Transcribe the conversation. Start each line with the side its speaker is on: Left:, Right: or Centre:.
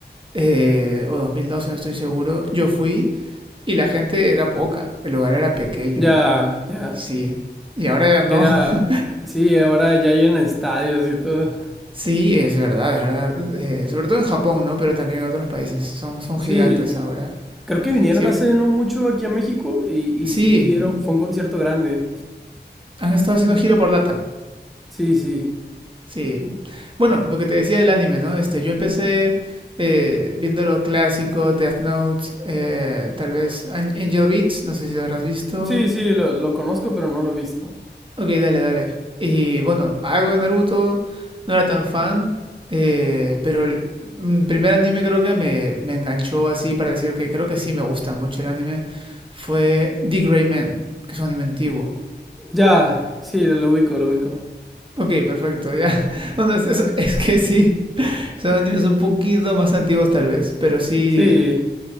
Right: eh, o 2012 no estoy seguro, yo fui y la gente era poca, el lugar era pequeño,
Centre: Ya, ya.
Right: sí. Y ahora ya no.
Centre: Era,
Right: <laughs>
Centre: sí, ahora ya llenan estadios y todo.
Right: Sí, es verdad, es verdad. Eh, sobre todo en Japón, ¿no? Pero también en otros países. Son, son
Centre: Sí,
Right: gigantes ahora.
Centre: creo que vinieron
Right: Sí,
Centre: hace no mucho aquí a México y, y
Right: sí,
Centre: sí, era,
Right: mm,
Centre: fue un concierto grande.
Right: han estado haciendo giro por LATAM.
Centre: Sí, sí.
Right: Sí. Bueno, lo que te decía del anime, ¿no? Este, yo empecé eh, viendo lo clásico, Death Note, eh, tal vez An- Angel Beats, no sé si lo habrás visto.
Centre: Sí, sí, lo, lo conozco, pero no lo he visto.
Right: Ok, dale, dale. Y bueno, algo de Naruto, no era tan fan, eh, pero el mm, primer anime creo que me, me enganchó así para decir que creo que sí me gusta mucho el anime fue The Gray Man, que es un anime antiguo.
Centre: Ya, sí, lo, lo ubico, lo ubico.
Right: Ok, perfecto, ya. <laughs> Bueno, es, es- es que sí. Son animes un poquito más antiguos tal vez, pero sí,
Centre: Sí,